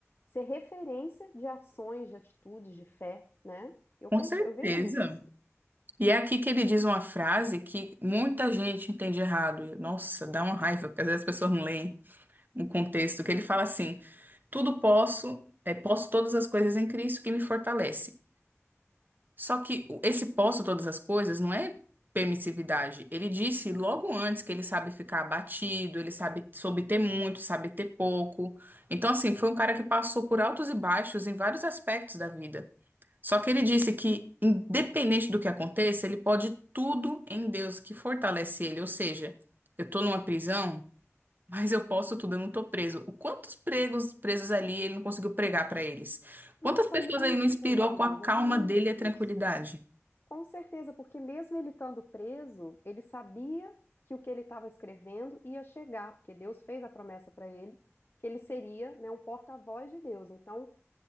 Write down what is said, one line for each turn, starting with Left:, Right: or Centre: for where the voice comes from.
Left: ser referência de ações, de atitudes, de fé, né? Eu
Right: Com
Left: penso,
Right: certeza.
Left: eu vejo muito assim.
Right: E é aqui que ele diz uma frase que muita gente entende errado. E, nossa, dá uma raiva, porque às vezes as pessoas não leem o contexto, que ele fala assim: tudo posso, é, posso todas as coisas em Cristo que me fortalece. Só que o- esse posso todas as coisas não é permissividade. Ele disse logo antes que ele sabe ficar abatido, ele sabe soube ter muito, sabe ter pouco. Então, assim, foi um cara que passou por altos e baixos em vários aspectos da vida. Só que ele disse que, independente do que aconteça, ele pode tudo em Deus que fortalece ele. Ou seja, eu estou numa prisão, <laughs> mas eu posso tudo, eu não estou preso. O quantos pregos presos ali ele não conseguiu pregar para eles? Quantas
Left: Nossa,
Right: pessoas
Left: muitos,
Right: ele não inspirou
Left: amiga,
Right: com a calma
Left: muitos.
Right: dele e a tranquilidade?
Left: Com certeza, porque mesmo ele estando preso, ele sabia que o que ele estava escrevendo ia chegar, porque Deus fez a promessa para ele que ele seria, né, um porta-voz de Deus. Então,